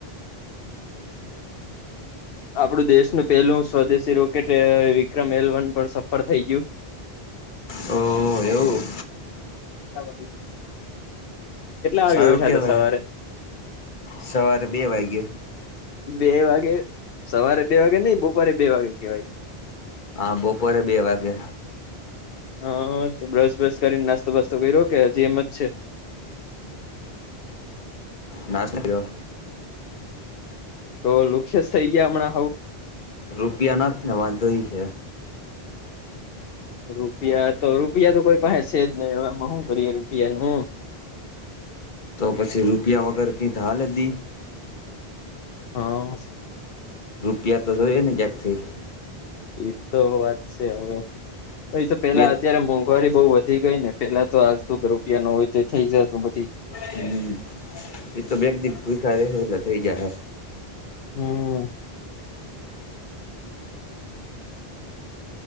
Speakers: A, on the left; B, on the left.
A: આપડું દેશનું પેલું સ્વદેશી રોકેટ વિક્રમ એલ વન પણ સફર થઈ ગયું.
B: ઓ એવું!
A: કેટલા વાગે
B: સારું
A: ઉઠ્યા
B: કેવાય
A: હતા સવારે?
B: સવારે બે વાગ્યે.
A: બે વાગે સવારે બે વાગે નઈ બપોરે બે વાગે કેવાય.
B: હા બપોરે બે વાગે.
A: હા તો બ્રસ મર્સ કરીને નાસ્તો વાસ્તો કરી રો કે હજી એમ જ છે?
B: નાશ ન કયો
A: તો લુખ્યસ થઈ ગયા હમણાં હઉ.
B: રૂપિયાનાથ નથ ને તો વાંધો ઇ હે.
A: રૂપિયા તો રૂપિયા તો કોઈ પાસે સે, જ નહી એ હું કરીએ રૂપિયા નું.
B: તો પછી રૂપિયા વગર કંઈ હાલ ની.
A: હા.
B: રૂપિયા તો જોઈએ ને ક્યાંકથી.
A: એ તો વાત સે, હવે એ તો પેલા
B: બે
A: અત્યારે વારી બઉુ વધી ગઈ ને પેલા તો આાલ તો કે રૂપિયા નો હોય તો થઈ જત બધી
B: હમ એતો બે દિવસ ભૂખાય ર એટલે થઇ જયા હે.
A: હમ.